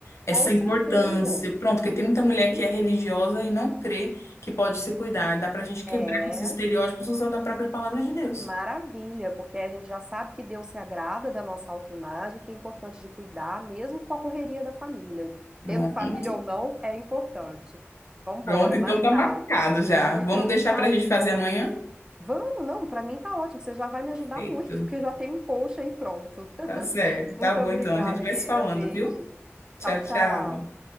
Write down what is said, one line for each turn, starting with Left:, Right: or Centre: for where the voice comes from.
Left: essa
Right: com certeza.
Left: importância. Pronto, porque tem muita
Right: Sim,
Left: mulher que é religiosa e não crê que pode se cuidar. Dá pra gente quebrar
Right: é
Left: com esses estereótipos usando a própria palavra de Deus.
Right: maravilha, porque a gente já sabe que Deus se agrada da nossa autoimagem, que é importante de cuidar, mesmo com a correria da família.
Left: Pronto,
Right: Tendo família ou não, é importante. Vambora,
Left: pronto, então
Right: marcado.
Left: tá marcado já.
Right: Muito,
Left: Vamos deixar
Right: tá
Left: pra gente fazer amanhã?
Right: Vamos, não, para mim tá ótimo, você já vai me ajudar
Left: Feito.
Right: muito, porque já tem um post aí pronto.
Left: Tá certo, tá
Right: Muito
Left: bom
Right: obrigada,
Left: então. A gente vai
Right: querida.
Left: se falando,
Right: Beijo.
Left: viu? Tchau,
Right: Tchau, tchau.
Left: tchau.